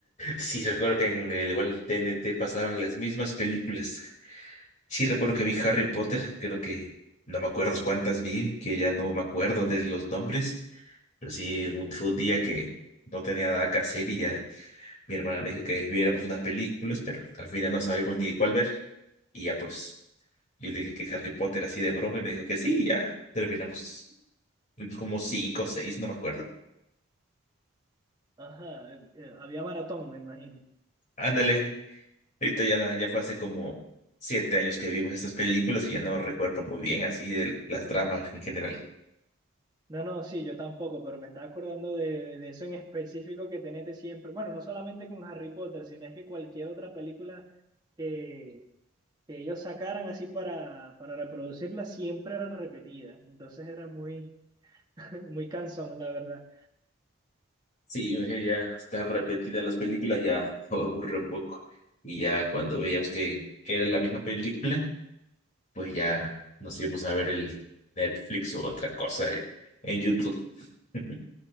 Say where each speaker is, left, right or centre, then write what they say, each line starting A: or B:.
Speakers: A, on the left; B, on the right.
A: Sí, recuerdo que en el igual TNT pasaban las mismas películas. Sí, recuerdo que vi Harry Potter, creo que no me acuerdo cuántas vi, que ya no me acuerdo de los nombres, pero sí, un, fue un día que no tenía nada que hacer y ya mi hermana me dijo que viéramos unas películas, pero al final no sabíamos ni cuál ver. Y ya pues, yo le dije que Harry Potter así de broma y me dijo que sí, y ya terminamos, vimos como cinco o seis, no me acuerdo.
B: Ajá, eh, eh, había maratón, me imagino.
A: Ándale. Ahorita ya, ya fue hace como siete años que vimos estas películas y ya no recuerdo muy bien así de las tramas en general.
B: No, no, sí, yo tampoco, pero me estaba acordando de, de- de eso en específico que tenete siempre. Bueno, no solamente con Harry Potter, sino es que cualquier otra película que, que ellos sacaran así para, para reproducirla siempre era repetida. Entonces era muy, <laughs> muy cansón, la verdad.
A: Sí, eh, ya están repetidas las películas, ya <laughs> aburre un poco. Y ya cuando veíamos que era la misma película, pues ya nos íbamos a ver el Netflix o otra cosa eh, en YouTube. <laughs>